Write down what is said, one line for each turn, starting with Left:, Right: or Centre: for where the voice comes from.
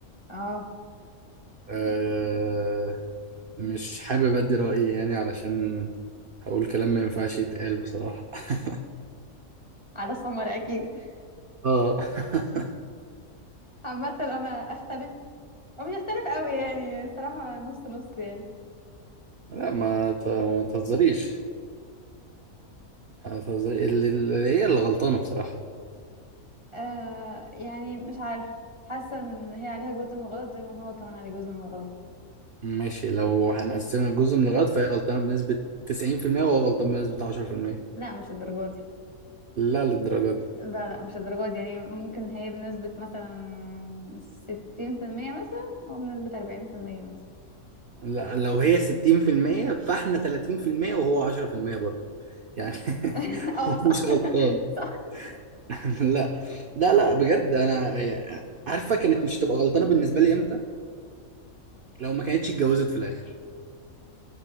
Left: اه
Right: آه، مش حابب ادي رايي يعني علشان هقول كلام ما ينفعش يتقال بصراحه <laughs>
Left: على سمر اكيد <laughs>
Right: اه <laughs>
Left: عامة انا اختلف او مش اختلف قوي يعني صراحة نص نص يعني
Right: لا ما ت- ما تهزريش ما تهزري- ال- ال- هي اللي غلطانة بصراحة
Left: آه يعني مش عارف حاسة ان هي عليها جزء من الغلط زي ما هو كمان عليه جزء من الغلط
Right: ماشي لو هنقسمها جزء من الغلط فهي غلطانة بنسبة 90% وهو غلطان بنسبة 10%
Left: لا مش الدرجة دي
Right: لا للدرجة دي
Left: لا لا مش الدرجة دي يعني ممكن هي بنسبة مثلا ستين في المية مثلا وبنسبة أربعين في المية مثلا
Right: لا لو هي 60% فاحنا 30% وهو 10% برضه يعني
Left: <laughs>
Right: <laughs>
Left: اه
Right: هو
Left: صح
Right: مش غلطان
Left: <laughs> صح
Right: <laughs> لا لا لا بجد انا يعني عارفة كانت مش تبقى غلطانة بالنسبة لي امتى لو ما كانتش اتجوزت في الاخر